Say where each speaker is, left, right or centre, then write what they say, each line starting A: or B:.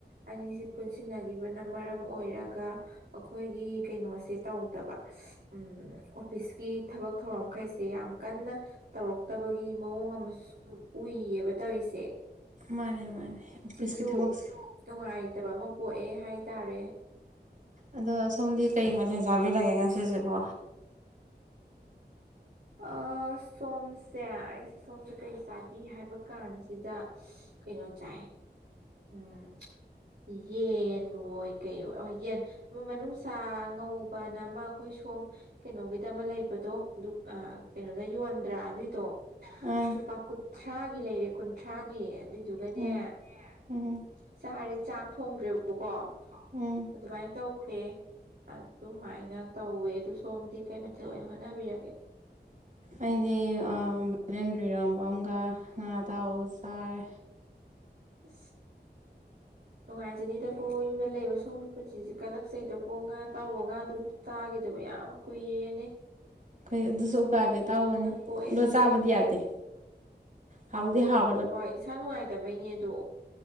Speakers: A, on the right (about 65°); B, on the right (about 50°).
A: ꯑꯅꯤ ꯑꯩꯁꯤ ꯄꯨꯟꯁꯤꯟꯅꯈꯤꯕꯅ ꯃꯔꯝ ꯑꯣꯏꯔꯒ ꯑꯩꯈꯣꯏꯒꯤ ꯀꯩꯅꯣꯁꯦ ꯇꯧꯗꯕ ꯎ ꯑꯣꯐꯤꯁꯀꯤ ꯊꯕꯛ ꯊꯧꯔꯝꯈꯩꯁꯦ ꯌꯥꯝ ꯀꯟꯅ ꯇꯧꯔꯛꯇꯕꯒꯤ ꯃꯑꯣꯡ ꯑꯃꯁꯨ ꯎꯏꯌꯦꯕ ꯇꯧꯔꯤꯁꯦ
B: ꯃꯥꯅꯦ ꯃꯥꯅꯦ ꯑꯣꯐꯤꯁꯀꯤ
A: ꯁꯤꯁꯨ
B: ꯊꯕꯛꯁꯦ
A: ꯅꯨꯡꯉꯥꯏꯇꯕ ꯑꯃ ꯄꯣꯛꯑꯦ ꯍꯥꯏꯇꯥꯔꯦ
B: ꯑꯗꯣ ꯁꯣꯝꯗꯤ ꯀꯔꯤ ꯃꯊꯦꯜ ꯆꯥꯕꯤꯔꯒꯦ ꯉꯁꯤꯁꯤꯕꯣ
A: ꯑ ꯁꯣꯝꯁꯦ ꯑꯩꯁꯦ ꯁꯣꯝꯁꯦ ꯀꯩꯁꯦ ꯆꯥꯕꯤ ꯍꯥꯏꯕ ꯀꯥꯟꯁꯤꯗ ꯀꯩꯅꯣ ꯆꯥꯏ ꯎꯝ ꯌꯦꯟ ꯑꯣꯏ ꯀꯩ ꯌꯦꯟ ꯑꯃ ꯃꯅꯨꯡ ꯆꯥ ꯉꯧꯕꯅ ꯑꯃ ꯑꯩꯈꯣꯏ ꯁꯣꯝ ꯀꯩꯅꯣꯒꯤꯗ ꯑꯃ ꯂꯩꯕꯗꯣ ꯀꯩꯅꯣꯗ ꯌꯣꯟꯗ꯭ꯔꯥ ꯑꯗꯨꯏꯗꯣ
B: ꯎꯝ
A: ꯂꯨꯄꯥ ꯀꯨꯟꯊ꯭ꯔꯥꯒꯤ ꯂꯩꯔꯦ ꯀꯨꯟꯊ꯭ꯔꯥꯒꯤ ꯑꯗꯨꯏꯗꯨꯒꯅꯦ
B: ꯎꯝ ꯎꯝ
A: ꯆꯥꯔꯦ ꯆꯥꯛ ꯊꯣꯡꯗ꯭ꯔꯦꯕꯀꯣ
B: ꯎꯝ
A: ꯑꯗꯨꯃꯥꯏꯅ ꯇꯧꯈ꯭ꯔꯦ ꯑꯗꯨꯃꯥꯏꯅ ꯇꯧꯋꯦ ꯑꯗ ꯁꯣꯝꯗꯤ ꯀꯩ ꯃꯊꯦꯜ ꯑꯣꯏꯅ ꯍꯣꯠꯅꯕꯤꯔꯒꯦ
B: ꯑꯩꯗꯤ ꯚꯦꯂꯦꯟꯗꯔꯤꯔꯝꯕ ꯑꯃꯒ ꯉꯥ ꯇꯥꯎꯔꯒ ꯆꯥꯔꯦ
A: ꯑ ꯅꯨꯡꯉꯥꯏꯖꯅꯤꯗꯀꯣ ꯌꯨꯝꯗ ꯂꯩꯕ ꯁꯣꯝꯒꯤ ꯄꯨꯟꯁꯤꯁꯤ ꯀꯠꯂꯛꯆꯩꯗꯀꯣ ꯉꯥ ꯇꯥꯎꯕ ꯉꯥ ꯑꯗꯨꯝ ꯇꯥꯈꯤꯗꯕ ꯌꯥꯝ ꯀꯨꯏꯔꯅꯦ
B: ꯑꯩꯏ ꯑꯗꯨꯁꯨ ꯎꯀꯥꯏꯕꯦ ꯇꯥꯎꯕꯅꯤ
A: ꯄꯣꯛꯑꯦꯅꯦ
B: ꯂ ꯕꯗꯤ ꯌꯥꯗ ꯍꯥꯎꯗꯤ ꯍꯥꯎ
A: ꯍꯣꯏ ꯏꯁꯥ ꯅꯨꯡꯉꯥꯏꯇꯕꯩꯅꯦ ꯑꯗꯣ